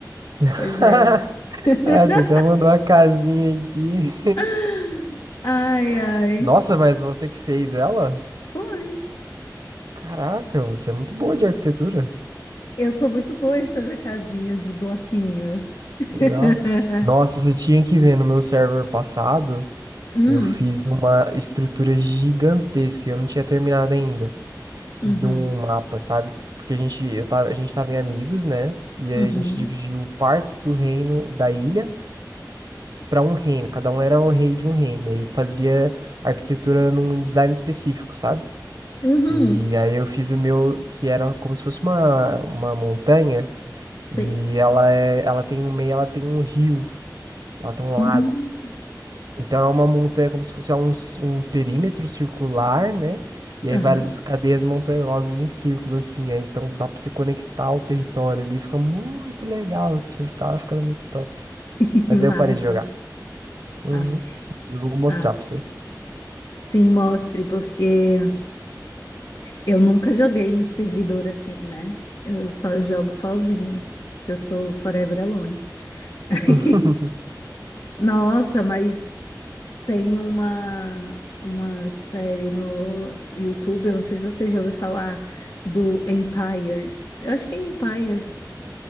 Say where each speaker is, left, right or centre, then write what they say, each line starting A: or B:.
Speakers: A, on the right; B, on the left.
A: <laughs>
B: Pois é. <laughs>
A: Ah, você até mandou uma casinha aqui.
B: <laughs> Ai, ai.
A: <laughs> Nossa, mas você que fez ela?
B: Foi.
A: Caraca, você é muito boa de arquitetura.
B: Eu sou muito boa de fazer casinhas de bloquinhos.
A: Legal.
B: <laughs>
A: Nossa, você tinha que ver no meu server passado,
B: Hum,
A: eu fiz uma estrutura gigantesca, e eu não tinha terminado ainda.
B: uhum,
A: de um mapa, sabe? Porque a gente, eu tava, a gente tava em amigos, né? E aí
B: uhum,
A: a gente dividiu partes do reino da ilha para um reino. Cada um era o rei de um reino. E aí fazia arquitetura num design específico, sabe?
B: uhum,
A: E aí eu fiz o meu, que era como se fosse uma, uma montanha. E
B: sei.
A: ela é, ela tem um meio, ela tem um rio, ela tem um
B: Hum,
A: lago. Então é uma montanha como se fosse é um, c- um perímetro circular, né? E aí
B: aham.
A: várias cadeias montanhosas em círculo, assim. Aí, então dá pra você conectar o território ali. Fica muito legal. Tipo, tava ficando muito top.
B: <laughs>
A: Mas
B: Massa.
A: aí eu parei de jogar. Uhum.
B: Aff,
A: Eu vou mostrar
B: aff.
A: pra você.
B: Sim, mostre, porque eu nunca joguei em servidor assim, né? Eu só jogo sozinha, porque eu sou forever alone. <laughs>
A: <laughs>
B: Nossa, mas Tem uma, uma série no YouTube, eu não sei se você já ouviu falar do Empires. Eu acho que é Empires